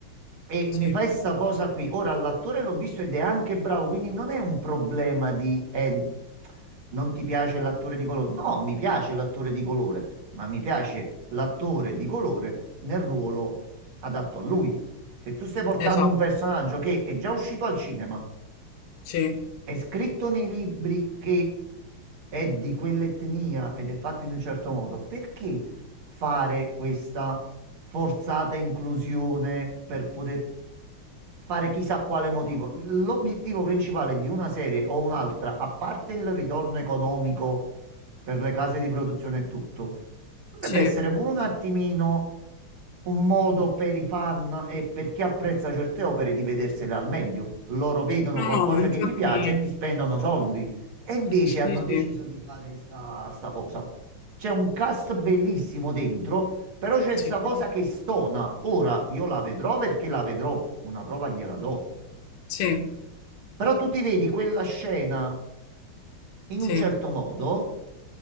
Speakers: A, on the right; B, on the left.
A: E
B: Sì,
A: mi fai sta cosa qui. Ora, l'attore l'ho visto ed è anche bravo, quindi non è un problema di eh, non ti piace l'attore di colore. No, mi piace l'attore di colore, ma mi piace l'attore di colore nel ruolo adatto a lui. Se tu stai portando
B: esatto,
A: un personaggio che è già uscito al cinema,
B: sì,
A: è scritto nei libri che è di quell'etnia ed è fatto in un certo modo, perché fare questa forzata inclusione per poter fare chissà quale motivo? L'obiettivo principale di una serie o un'altra, a parte il ritorno economico per le case di produzione e tutto, dovrebbe
B: sì.
A: essere pure un attimino un modo per i fan e per chi apprezza certe opere di vedersele al meglio. Loro vedono
B: No,
A: qualcosa
B: no, ma infatti,
A: che gli piace e ti spendono soldi. E invece
B: sì,
A: hanno deciso
B: sì,
A: di fare sta, sta cosa. C'è un cast bellissimo dentro, però c'è
B: sì,
A: sta cosa che stona. Ora io la vedrò perché la vedrò, una prova gliela do.
B: sì, sì,
A: Però tu ti vedi quella scena in
B: sì,
A: un certo modo